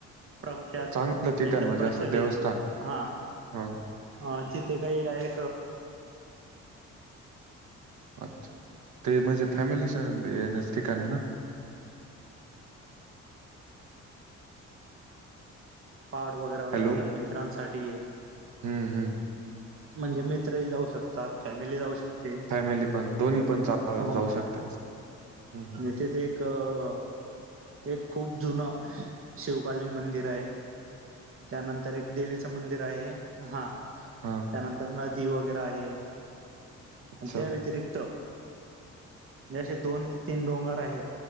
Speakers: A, on the right; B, on the right.
A: प्रख्यात,
B: चांगलं ठिकाण
A: एकदम
B: म्हणजे
A: प्रचलित
B: असं देवस्थान
A: हा
B: हा
A: हा तिथे काही डायरेक
B: अच्छा ते म्हणजे फॅमिली संग येण्याच ठिकाण आहे ना.
A: पहाड वगैरे वर
B: हॅलो
A: जायला मित्रांसाठी
B: हम्म हम्म
A: म्हणजे मित्रही जाऊ शक त्यात फॅमिली जाऊ शकते
B: फॅमिली पण दोन्ही पण चा
A: हो.
B: जाऊ शकते असं हम्म हम्म
A: तिथे ते एक अ एक खूप जुना शिवकालीन मंदिर आहे. त्यानंतर एक देवीचं मंदिर आहे हा
B: हा
A: त्यानंत तर नदी वगैरे आहे, आणि
B: अच्छा
A: त्या व्यतिरिक्त असे दोन ते तीन डोंगर आहेत,